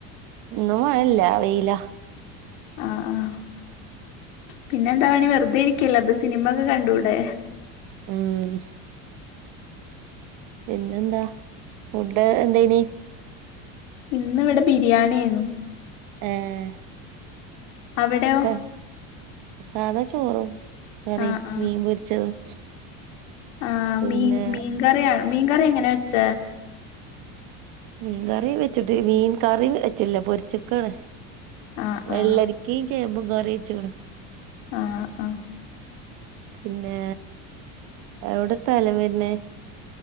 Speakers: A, on the right (about 60°); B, on the left (about 85°).
A: ന്നും മഴല്ല വെയില
B: ആഹ് ആഹ് പിന്നെന്താ പണി, വെറുതെ ഇരിക്കല്ലോ അപ്പൊ സിനിമക്കെ കണ്ടൂടെ
A: ഉം പിന്നെന്താ ഫുഡ് എന്തേനി
B: ഇന്ന് വിടെ ബിരിയാണി ഏന്നു
A: ഏഹ്
B: അവിടെയോ
A: സ്ഥ സാധാ ചോറും കറി
B: ആഹ് ആഹ്
A: മീൻ പൊരിച്ചതും
B: ആഹ്
A: പിന്നെ
B: മീൻ മീൻകറിയാണ്, മീൻകറി എങ്ങനെ വെച്ച
A: മീൻ കറി വെച്ച്ട്ട് മീൻ കറി വി വെച്ചട്ട്ല്ല, പൊര്ച്ചക്കാണ്
B: ആഹ്
A: വെള്ളരിക്കിം
B: ആഹ്
A: ചേമ്പും കറിച്ച്ക്ക്‌ണ്
B: ആഹ് അ
A: പിന്നെ എവിടെ സ്ഥലം വര്നെ